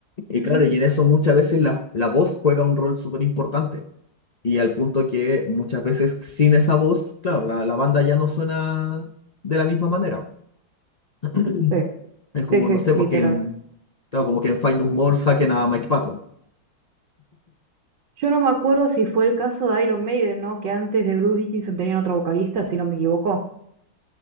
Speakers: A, on the left; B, on the right.
A: Y
B: ujú.
A: claro, y en eso muchas veces la, la voz juega un rol súper importante. Y al punto que muchas veces sin esa voz, claro, la, la banda ya no suena de la misma manera. <clears throat>
B: Sí,
A: Es como,
B: sí, sí,
A: no sé,
B: literal.
A: porque en, claro, como que en Find More saquen a Mike Patton.
B: Yo no me acuerdo si fue el caso de Iron Maiden, ¿no? Que antes de Bruce Dickinson tenían otro vocalista, si no me equivoco.